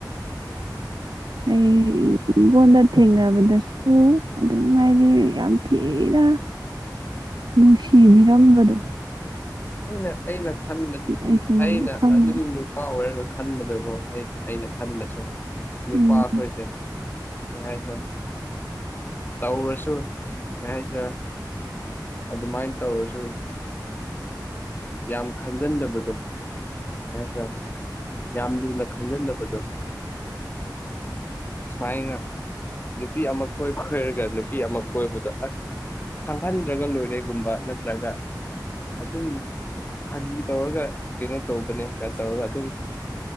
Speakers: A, on the right (about 80°); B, on the left (about 25°).
A: ꯑꯩ ꯏꯣꯟ ꯊꯦꯡꯅꯕꯗꯁꯨ ꯑꯗꯨꯝ ꯍꯥꯏꯗꯤ ꯌꯥꯝ ꯊꯤꯅ ꯅꯨꯡꯁꯤꯕꯤꯔꯝꯝꯕꯗꯣ
B: ꯑꯩꯅ ꯑꯩꯅ ꯈꯟꯕ
A: ꯑꯩꯁꯨ ꯉꯝ
B: ꯑꯩꯅ
A: ꯈꯪꯉꯦ
B: ꯑꯗꯨꯝ ꯅꯨꯄꯥ ꯑꯣꯏꯔꯒ ꯈꯟꯕꯗꯀꯣ ꯑꯩ ꯑꯩꯅ ꯈꯟꯕꯁꯦ ꯅꯨꯄꯥ
A: ꯎꯝ
B: ꯑꯩꯈꯣꯏꯁꯦ ꯀꯩ ꯍꯥꯏꯁꯦ ꯇꯧꯔꯁꯨ ꯍꯥꯏꯗꯔ ꯑꯗꯨꯃꯥꯏꯅ ꯇꯧꯔꯁꯨ ꯌꯥꯝ ꯈꯟꯖꯟꯗꯕꯗꯣ ꯅ ꯁꯥ꯭ꯔ ꯌꯥꯝ ꯂꯨꯅ ꯈꯟꯖꯤꯗꯕꯗꯣ ꯁꯨꯃꯥꯏꯅ ꯅꯨꯄꯤ ꯑꯃ ꯀꯣꯏ ꯈꯣꯏꯔꯒ ꯅꯨꯄꯤ ꯑꯃ ꯀꯣꯏꯕꯗꯣ ꯑꯁ ꯍꯥꯡꯍꯟꯗ꯭ꯔꯒ ꯂꯣꯏꯔꯦꯒꯨꯝꯕ ꯅꯠꯇ꯭ꯔꯒ ꯑꯗꯨꯝ ꯐꯥꯒꯤ ꯇꯧꯔꯒ ꯀꯩꯅꯣ ꯇꯧꯕꯅꯦ ꯁ ꯇꯧꯔꯒ ꯑꯗꯨꯝ